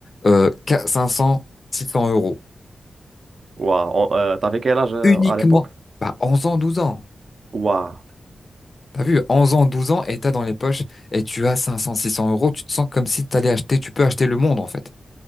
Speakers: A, on the left; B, on the right.
A: euh, 500, 600 euros.
B: Ouah, on- euh, t'avais quel âge euh,
A: uniquement,
B: à l'époque?
A: bah, 11 ans, 12 ans.
B: Waouh.
A: T'as vu, 11 ans, 12 ans, et t'as dans les poches, et tu as cinq cents six cents euros, tu te sens comme si t'allais acheter, tu peux acheter le monde, en fait.